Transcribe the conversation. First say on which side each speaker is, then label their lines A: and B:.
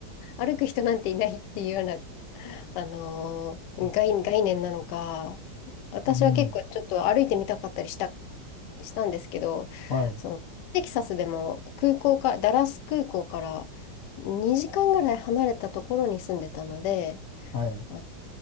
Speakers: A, on the left; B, on the left.
A: 歩く人なんていないっていうような、あのー概、
B: ー、
A: 概念なのか、私は結構ちょっと歩いてみたかったりした、
B: うん。
A: したんですけど、
B: はい。
A: その、テキサスでも空港から、ダラス空港から2時間ぐらい離れたところに住んでたので、
B: はい。
A: まあ